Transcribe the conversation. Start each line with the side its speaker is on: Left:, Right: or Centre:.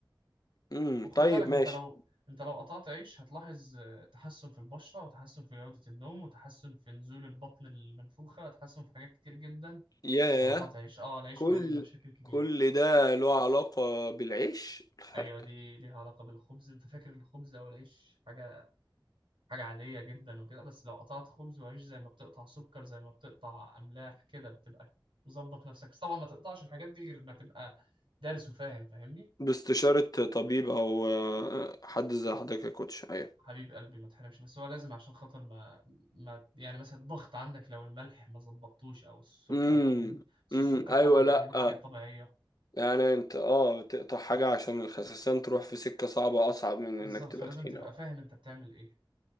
Left: امم
Right: وخد
Left: طيب
Right: بالك انت
Left: ماشي
Right: لو انت لو قطعت عيش هتلاحظ آه، تحسن في البشرة وتحسن في جودة النوم وتحسن في نزول البطن المنفوخة وتحسن في حاجات كتير جدا
Left: ياه
Right: لو قطعت عيش اه العيش
Left: كل
Right: بيعمل مشاكل كبيرة
Left: كل ده له علاقة بالعيش <laughs>
Right: ايوه دي ليها علاقة بالخبز انت فاكر الخبز او العيش حاجة حاجة عادية جدا وكده بس لو قطعت خبز وعيش زي ما بتقطع سكر زي ما بتقطع املاح كده بتبقى مظبط نفسك بس طبعا ما تقطعش الحاجات دي غير ما تبقى دارس وفاهم فاهمني
Left: باستشارة طبيب أو آه، حد زي حضرتك يا كوتش أيوة
Right: حبيب قلبي ما تحرمش بس هو لازم عشان خاطر ما, ما يعني مثلا الضغط عندك لو الملح ما ظبطتوش او السكر
Left: امم
Right: فاهمني بس
Left: امم
Right: السكر
Left: أيوة
Right: طبعا خليه
Left: لأ
Right: من الحاجات الطبيعية
Left: يعني أنت أه تقطع حاجة عشان الخسسان تروح في سكة صعبة أصعب من
Right: بالظبط
Left: إنك تبقى
Right: فلازم
Left: تخين
Right: تبقى
Left: أوي
Right: فاهم انت بتعمل ايه